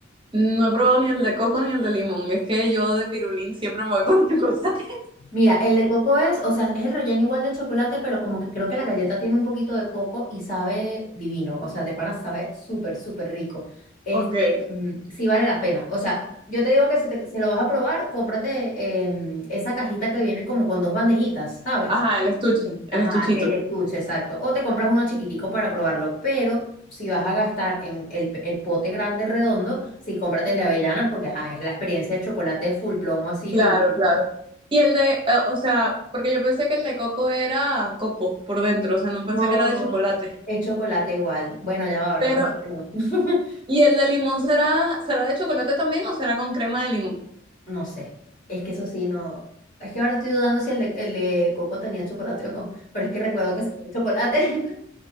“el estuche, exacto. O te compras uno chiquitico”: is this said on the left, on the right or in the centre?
Left